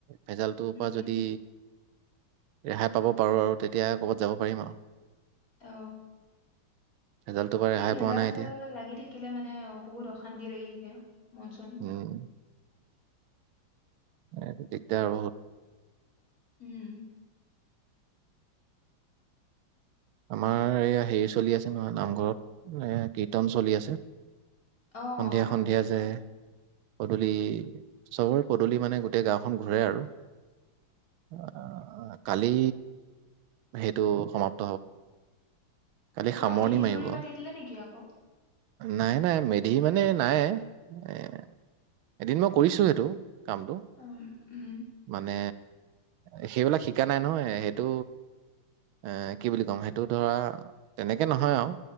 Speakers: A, on the right; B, on the left.
A: ভেজালটোৰ
B: উম
A: পৰা যদি ৰেহাই পাব পাৰোঁ আৰু তেতিয়া ক'ৰবাত যাব পাৰিম আৰু
B: তো।
A: ভেজালটোৰ পৰা ৰেহাই
B: এই ভেজাল
A: পোৱা নাই
B: -
A: এতিয়া
B: চেজাল লাগি থাকিলে মানে নে বহুত অশান্তি লাগি থাকে। মন চন
A: উম এই দিগদাৰ বহুত।
B: উম।
A: আমাৰ এই হেৰি চলি আছে নহয় নামঘৰত এ কীৰ্তন চলি আছে।
B: অহ
A: সন্ধিয়া সন্ধিয়া
B: কীৰ্তন।
A: যে পদূলি চবৰে পদূলি মানে গোটেই গাওখন ঘূৰে আৰু। অ অ', কালি সেইটো সমাপ্ কালি
B: তোমাক
A: সামৰণি
B: মেধি
A: মাৰিব,
B: দেউৰী পাতি দিলে নেকি আকৌ
A: নাই, নাই মেধ ধি মানে নাই এ এদিন মই কৰিছোঁ সেইটো। কামটো
B: উম উম
A: মানে এ সেইবিলাক শিকা নাই নহয়, সেইটো এ কি বুলি কম সেই এইটো ধৰা তেনেকে নহয় আৰু।